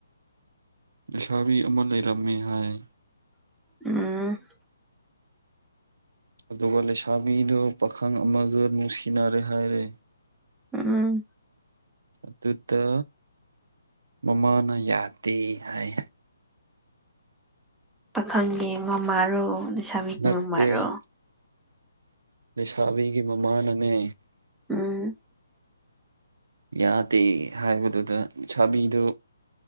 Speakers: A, on the right; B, in the centre.
A: ꯂꯩꯁꯥꯕꯤ ꯑꯃ ꯂꯩꯔꯝꯃꯤ ꯍꯥꯏ
B: ꯎꯝ
A: ꯑꯗꯨꯒ ꯂꯩꯁꯥꯕꯤꯗꯨꯣ ꯄꯥꯈꯪ ꯑꯃꯒ ꯅꯨꯡꯁꯤꯅꯔꯦ ꯍꯥꯏꯔꯦ
B: ꯎꯝ
A: ꯑꯗꯨꯗ ꯃꯃꯥꯅ ꯌꯥꯗꯦ ꯍꯥꯏ
B: ꯄꯥꯈꯪꯒꯤ ꯃꯃꯥꯔꯣ ꯂꯩꯁꯥꯕꯤꯒꯤ
A: ꯅꯠꯇꯦ
B: ꯃꯃꯥꯔꯣ
A: ꯂꯩꯁꯥꯕꯤꯒꯤ ꯃꯃꯥꯅꯅꯦ
B: ꯎꯝ
A: ꯌꯥꯗꯦ ꯍꯥꯏꯕꯗꯨꯗ ꯁꯥꯕꯤꯗꯨ